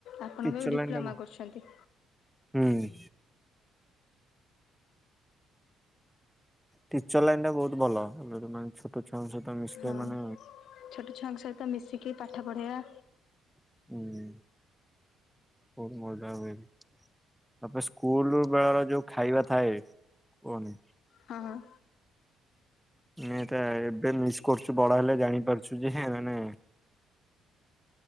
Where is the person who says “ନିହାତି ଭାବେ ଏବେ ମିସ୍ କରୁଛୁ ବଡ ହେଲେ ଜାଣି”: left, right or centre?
Centre